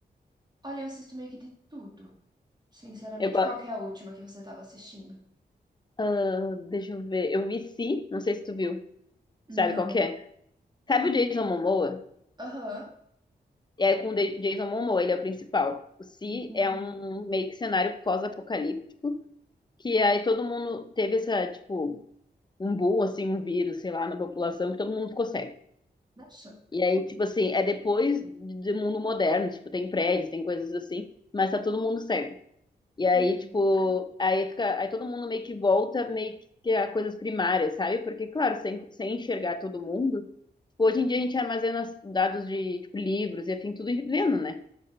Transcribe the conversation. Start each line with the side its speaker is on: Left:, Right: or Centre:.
Right: Olha, eu assisto meio que de tudo, sinceramente.
Left: Eu gosto.
Right: Qual que é a última que você tava assistindo?
Left: Ah, deixa eu ver. Eu vi Si, não sei se tu viu.
Right: Não.
Left: Sabe qual que é? Sabe o Jason Momoa?
Right: Aham.
Left: É com o De- Jason Momoa, ele é o principal. O Si
Right: Hum.
Left: é um um meio que cenário pós-apocalíptico, que aí todo mundo teve essa, tipo, um boom, assim, um vírus, sei lá, na população, que todo mundo ficou cego.
Right: Nossa.
Left: E aí, tipo assim, é depois do mundo moderno, tipo, tem prédios, tem coisas assim, mas tá todo mundo cego. E aí,
Right: Hum.
Left: tipo, aí fica, aí todo mundo meio que volta, meio que a coisas primárias, sabe? Porque, claro, sem, sem enxergar todo mundo, tipo, hoje em dia a gente armazena os dados de, tipo, livros e afim, tudo vendo, né?